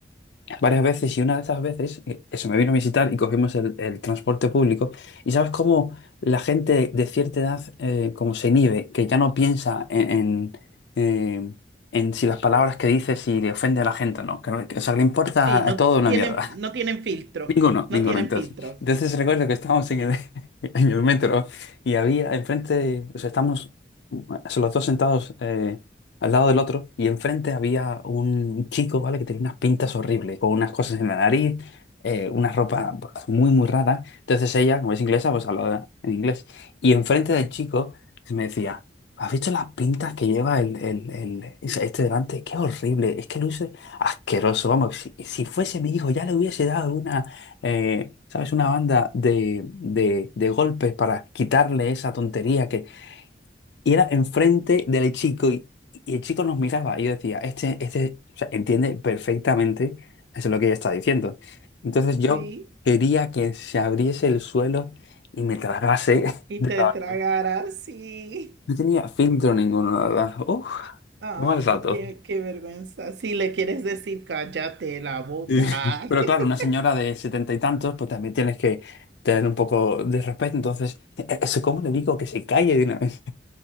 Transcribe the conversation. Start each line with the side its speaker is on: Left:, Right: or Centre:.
Left: varias veces y una de esas veces eh, se me vino a visitar y cogimos el, el transporte público. ¿Y sabes cómo la gente de cierta edad eh, como se inhibe, que ya no piensa en, en, eh, en si las palabras que dice, si le ofende a la gente o no? Que, no- que, o sea, le importa
Right: sí, sí, no
Left: a todo una
Right: tienen,
Left: mierda.
Right: no tienen filtro,
Left: Ninguno,
Right: no
Left: ninguno.
Right: tienen
Left: Entonces,
Right: filtro.
Left: entonces recuerdo que estábamos en el, <laughs> en el metro y había enfrente, o sea, estábamos so, los dos sentados eh, al lado del otro y enfrente había un chico, ¿vale? Que tenía unas pintas horribles, con unas cosas en la nariz, eh, una ropa pues, muy, muy rara. Entonces ella, como es inglesa, pues hablaba en inglés. Y enfrente del chico me decía, ¿has visto las pintas que lleva el, el, el- ese- este delante? Qué horrible, es que luce asqueroso. Vamos, si, si fuese mi hijo ya le hubiese dado una eh, ¿sabes? Una banda de, de, de golpes para quitarle esa tontería que... Y era enfrente del chico y, y el chico nos miraba y yo decía, este, este, o sea, entiende perfectamente eso es lo que ella está diciendo. Entonces
Right: Uy.
Left: yo quería que se abriese el suelo y me tragase <laughs>
Right: Y
Left: de
Right: te
Left: la-
Right: tragara, sí.
Left: No tenía filtro ninguno, la verdad. Uf,
Right: Ay,
Left: qué mal rato.
Right: qué, qué vergüenza. Si le quieres decir, cállate la boca.
Left: Y- <laughs> Pero
Right: <laughs>
Left: claro, una señora de setenta y tantos, pues también tienes que tener un poco de respeto. Entonces, ¿e- ¿eso cómo le digo que se calle de una vez?